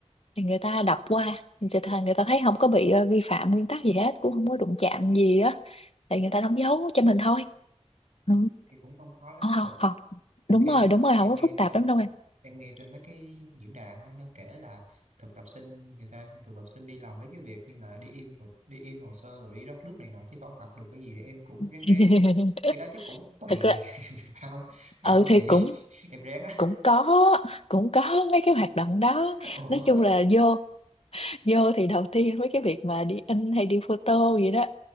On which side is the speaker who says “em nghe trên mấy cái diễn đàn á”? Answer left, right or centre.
Right